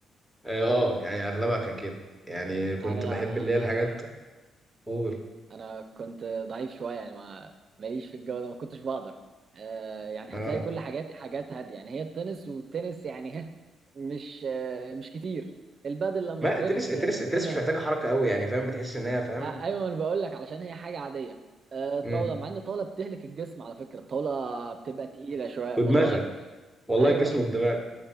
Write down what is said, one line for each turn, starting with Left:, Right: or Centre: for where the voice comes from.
Centre: اه آه، يعني اغلبها كان كده يعني كنت
Right: انا
Centre: بحب
Right: لا
Centre: اللي هي الحاجات
Right: انا
Centre: قول
Right: انا كنت ضعيف شويه يعني ما ماليش في الجو ده ما كنتش بقدر آه يعني
Centre: اه
Right: هتلاقي كل حاجاتي حاجات هاديه يعني هي التنس والتنس يعني <laughs> مش آه مش كتير البادل لما
Centre: ما
Right: كبرت
Centre: التنس التنس
Right: آه
Centre: التنس
Right: تمام
Centre: مش محتاجه حركه قوي يعني فاهم بتحس ان هي فاهم
Right: آه ايوه انا بقول لك علشان هي حاجه عاديه آه الطاوله
Centre: امم
Right: مع ان الطاوله بتهلك الجسم على فكره الطاوله بتبقى تقيله شويه
Centre: ودماغك
Right: والله
Centre: والله
Right: ايوه
Centre: الجسم والدماغ